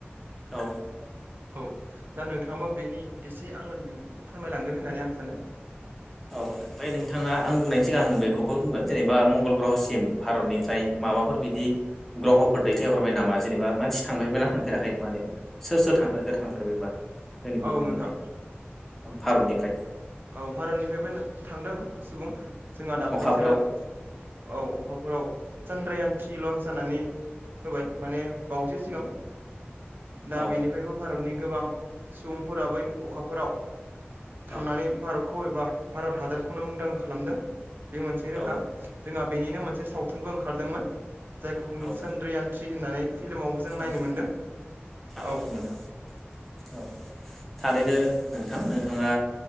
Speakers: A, in the centre; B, on the right.
A: औ
B: औ दा नोंथाङाबो बेनि एसे आंनो फोरमायलांगोन होननानै आं सानो
A: औ ओमफ्राय नोंथाङा आं बुंनायनि सिगां आं बेखौबो बुंगोन जेनेबा मंगल ग्रहसिम भारतनिफ्राय माबाफोर बिदि ग्रह'फोर दैथाय हरबाय नामा जेनेबा मानसि थांफरबायना थांफेराखै माने सोर सोर थांफेरखो थांफेरबायबा जोंनि
B: औ
A: बुहुमनिफ्राय
B: नोंथां
A: भारतनिफ्राय
B: औ भारतनिफ्रायबो थांदों सुबुं जोंहा दाखलैसो
A: अखाफोराव
B: औ अखाफोराव चान्द्रायान थ्रि लन्स जानानै होबाय माने बावैसो सिगां। दा
A: औ
B: बेनिफ्रायबो भारतनि गोबां सुबुंफोरा बै अखाफोराव
A: औ
B: थांनानै भारतखौ एबा भारत हादरखौनो मुंदांखा खालामदों बे मोनसे रोखा।
A: औ
B: जोंहा बेनिनो मोनसे सावथुनबो ओंखारदोंमोन जायखौ
A: औ
B: सद्रियान थ्रि होननानै फिल्मावबो जों
A: सानजानिफ्राय
B: नायनो मोनदों
A: थारैनो
B: औ नोंथां
A: नंगौ औ थारैनो नोंथां नोंथाङा